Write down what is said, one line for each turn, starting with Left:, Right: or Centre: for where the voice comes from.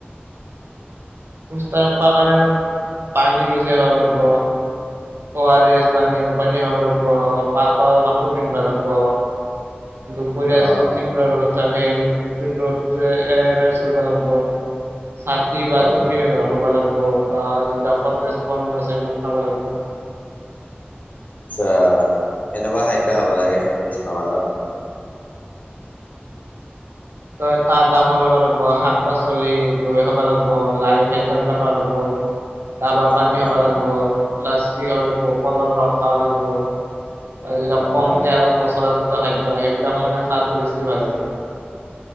Right: সুস্থ থাকবা কাৰণে আমি পানী বেছি খাব লাগব। অ আৰ এছ বানী মোৰ পানী খাব লাগব পাটল কাপোৰ পিন্ধবা লাগব। দুপৰীয়া
Left: অ
Right: যদি তীব্ৰ ৰ'দ থাক সেই ৰ'দ এ এৰাই চলব লাগব। চাতি বা
Left: অ
Right: টুপি ব্যৱহাৰ কৰব লাগব বা যিবিলাক সতেজ ফল মূল আছে সেইবিলাক খাব লাগব।
Left: আচ্ছা, কেনেকুৱা খাদ্য খাব লাগে গ্ৰীষ্মকালত?
Right: তই তাজা ফল হব লাগব শাক পাচলি দৈ খাব লাগব লাই খাদ্যবলাক খাব লাগব।
Left: <unintelligible>
Right: ডাবৰ পানী
Left: অ
Right: খাব লাগব লাচী খাব লাগব ফলৰ ৰস খাব লাগব। আৰু যবিলাক
Left: অ
Right: কম
Left: অ
Right: তেল মচলাযুক্ত খাদ্য সেইবিলাক মানে খাৱাটো বেছি ভাল হব।